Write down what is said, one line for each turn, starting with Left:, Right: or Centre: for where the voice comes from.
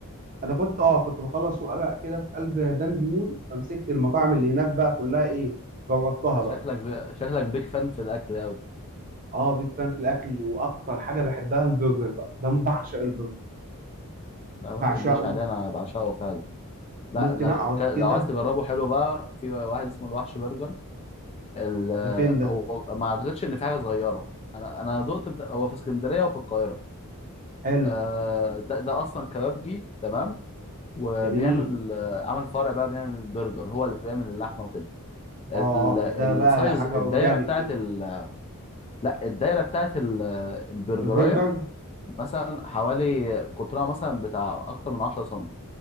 Right: انا كنت اه كنت بخلص وارق كده في قلب دان ديمون فمسكت المطاعم اللي هناك بقى كلها ايه جربتها بقى
Left: شكلك شكلك بيك فان في الاكل قوي
Right: اه بيج فان في الاكل واكتر حاجه بحبها البرجر بقى ده بعشق البرجر
Left: لا ما
Right: بعشقه
Left: تقوليش عليه انا بعشقه فعلا لا
Right: ممكن
Left: انا
Right: اقعد
Left: ك... ك-
Right: كده
Left: لو عايز تجربه حلو بقى في واحد اسمه الوحش برجر ال...
Right: ده فين ده
Left: هو ما اعتقدش ان في حاجه صغيره انا انا دقت بتا... هو في اسكندريه وفي القاهره
Right: حلو
Left: آه، ده ده اصلا كبابجي تمام وبيعمل
Right: جميل
Left: آه، عمل فرع بقى بيعمل برجر هو اللي بيعمل اللحمه وكده ال-
Right: اه
Left: السايز
Right: ده ده بقى حاجه
Left: الدايره
Right: اورجانيك
Left: بتاعت
Right: دي
Left: ال... لا الدايره بتاعت ال... البرجرايه
Right: البرجر
Left: مثلا حوالي قطرها مثلا بتاع اكتر من 10 سم